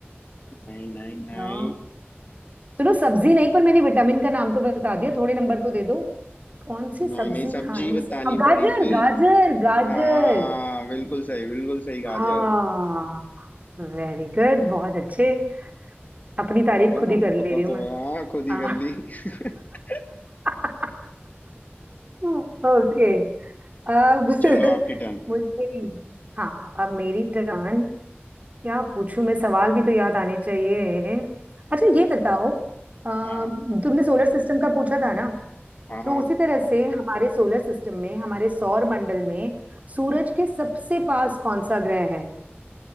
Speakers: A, on the left; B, on the right.
A: नहीं नहीं नहीं
B: यार सुनो सब्जी नहीं पर मैंने विटामिन का नाम तो बता दिया थोड़े नंबर तो दे दो कौन सी
A: नहीं
B: सब्जी
A: नहीं सब्जी
B: खाने
A: बतानी
B: से अ, गाजर
A: पड़ेगी
B: गाजर गाजर
A: हाँ बिल्कुल सही बिल्कुल सही गाजर
B: हाँ वेरी गुड बहुत अच्छे अपनी तारीफ
A: और
B: खुद
A: आपको
B: ही कर ले
A: पता
B: रही हूँ
A: तो
B: मैं
A: है हाँ खुद ही
B: हाँ
A: कर ली <laughs>
B: <laughs> ओके अब <laughs>
A: चलो आपकी टर्न
B: मुझे हाँ अब मेरी टर्न क्या पूछूं मैं सवाल भी तो याद आने चाहिए अच्छा ये बताओ अ,
A: हाँ
B: तुमने सोलर सिस्टम का पूछा था ना
A: हाँ हाँ
B: तो उसी तरह से हमारे सोलर सिस्टम में हमारे सौर मंडल में सूरज के सबसे पास कौन सा ग्रह है